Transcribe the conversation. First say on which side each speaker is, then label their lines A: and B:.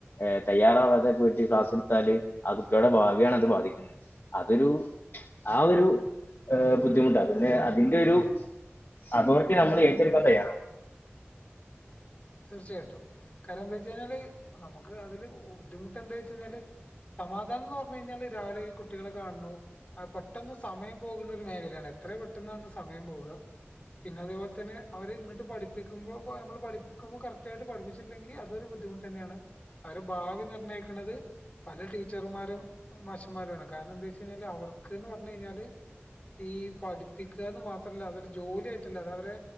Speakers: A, on the left; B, on the left.
A: എഹ് തയ്യാറാവാതെ പോയിട്ട് ക്ലാസ്സ്‌ ഇട്ത്താല് ആ കുട്ട്യാളുടെ ഭാവിയാണ് അത് ബാധിക്കുന്നത് അതൊരു ആ ഒരു അഹ് ബുദ്ധിമുട്ട് അതിലെ അതിന്റെ ഒരു അതോറിറ്റി നമ്മളേറ്റെടുക്കാൻ തയ്യാറാവണം
B: തീർച്ചയായിട്ടും കാരണം എന്താ വെച്ച് കഴിഞ്ഞാല് നമുക്ക് അതില് ബുദ്ധിമുട്ട് എന്താ വെച്ച് കഴിഞ്ഞാല് സമാധാനം എന്ന് പറഞ്ഞു കഴിഞ്ഞാല് രാവിലെ ഈ കുട്ടികളെ കാണുന്നു അഹ് പെട്ടെന്ന് സമയം പോക്ണ ഒരു മേഖലയാണ് എത്ര പെട്ടെന്നാണ് സമയം പോവുക പിന്നെ അതേപോലെ തന്നെ അവര് ഇങ്ങട്ട് പഠിപ്പിക്കുമ്പോ ഇപ്പൊ നമ്മള് പഠി ക്കുമ്പോ കറക്റ്റ് ആയിട്ട് പഠിപ്പിച്ചില്ലെങ്കിൽ അതൊരു ബുദ്ധിമുട്ട് തന്നെയാണ് അവരെ ഭാവി നിർണ്ണയിക്കണത് പല ടീച്ചർമാരും മാശന്മാരുമാണ് കാരണം എന്താ വെച്ച് കഴിഞ്ഞാല് അവർക്ക്ന്ന് പറഞ്ഞ് കഴിഞ്ഞാല് ഈ പഠിപ്പിക്കുകാന്ന് മാത്രല്ല അതോരു ജോലി ആയിട്ടല്ല അത് അവരെ